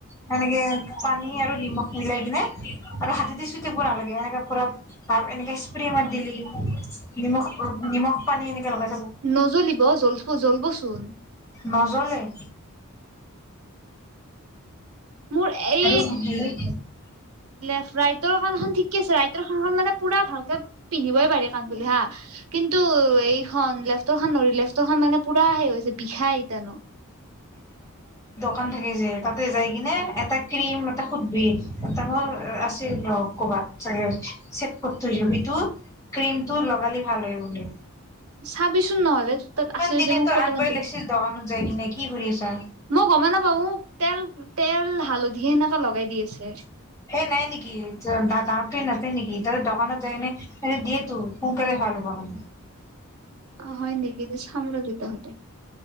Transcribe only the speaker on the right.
নজ্বলিব জ্বল জ্বলবচোন
মোৰ এই
লেফট ৰাইটৰ কাণখন ঠিকে আছে ৰাইটৰ কাণখন মানে পুৰা ভালকে পিন্ধিবই পাৰি কাণ ফুলি হা কিন্তু এইখন লেফ্টৰ খন নৰি লেফটৰ খন মানে পুৰা হে হৈছে বিষাই ইটানো
চাবিচোন নহ'লে তাত আছে যদি
মোক ফটো
মাৰি দিবি
মই গমে নাপাওঁ মোক তেল তেল হালধি সেনেকা লগাই দি আছে
হয় নেকি চাম ৰ তেতিয়াহতে